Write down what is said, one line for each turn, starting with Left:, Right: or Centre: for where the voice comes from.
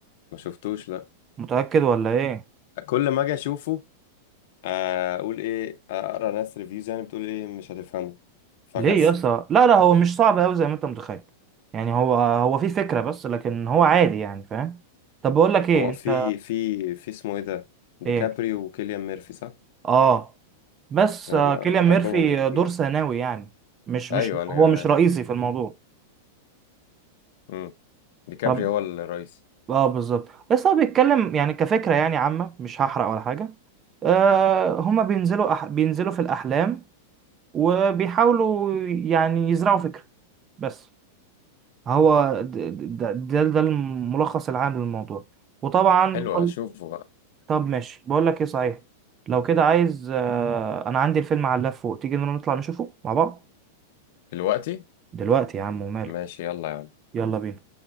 Left: ما شفتوش لا
Right: متأكد ولا ايه
Left: كل ما اجي اشوفه آه، اقول ايه اقرا ناس ريفيوز يعني بتقول ايه مش هتفهمه فكسل
Right: ليه يا اسطى لا لا هو مش صعب قوي زي ما انت متخيل يعني هو هو في فكرة بس لكن هو عادي يعني فاهم طب بقول لك ايه
Left: هو
Right: انت
Left: في في في اسمه ايه ده ديكابريو
Right: ايه
Left: وكيليان ميرفي صح
Right: اه بس
Left: آه،
Right: آه،
Left: لا
Right: كيليان
Left: بحبهم
Right: ميرفي
Left: الاثنين
Right: دور ثانوي يعني مش
Left: ايوه
Right: مش
Left: انا
Right: هو مش
Left: عارف
Right: رئيسي في الموضوع
Left: امم ديكابريو
Right: طب
Left: هو الرئيس
Right: اه بالظبط بس هو بيتكلم يعني كفكرة يعني عامة مش هحرق ولا حاجة آه هما بينزلوا أح... بينزلوا في الأحلام وبيحاولوا يعني يزرعوا فكرة بس هو د- د- ده ده, ده الملخص العام للموضوع وطبعا
Left: حلو
Right: كل
Left: هشوفه بقى
Right: طب ماشي بقول لك ايه صحيح لو كده عايز آه، انا عندي الفيلم على اللاب فوق تيجي نطلع نشوفه مع بعض
Left: دلوقتي
Right: دلوقتي يا عم وماله
Left: ماشي يلا يا عم
Right: يلا بينا